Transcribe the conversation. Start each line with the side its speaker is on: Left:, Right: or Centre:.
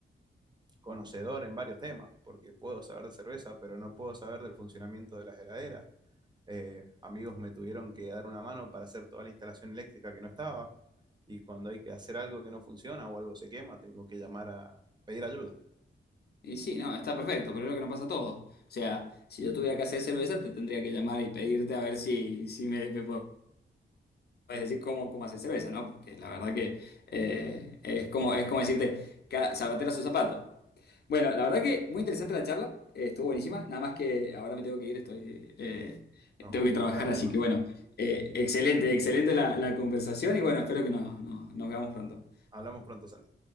Right: conocedor en varios temas, porque puedo saber de cerveza, pero no puedo saber del funcionamiento de las heladeras. Eh, amigos me tuvieron que dar una mano para hacer toda la instalación eléctrica que no estaba, y cuando hay que hacer algo que no funciona o algo se quema, tengo que llamar a pedir ayuda.
Left: Y sí, no, está perfecto, pero es lo que no pasa todo. O sea, si yo tuviera que hacer cerveza, te tendría que llamar y pedirte a ver si, si me, me podés Puedes decir cómo, cómo hacer cerveza, ¿no? Porque la verdad que eh, es como, es como decirte, cada zapatero a su zapato. Bueno, la verdad que muy interesante la charla, eh, estuvo buenísima, nada más que ahora me tengo que ir, estoy, eh,
Right: No,
Left: tengo
Right: es
Left: que trabajar,
Right: una lástima.
Left: así que bueno, eh, excelente, excelente la, la conversación y bueno, espero que nos, nos nos veamos pronto.
Right: Hablamos pronto, Santi.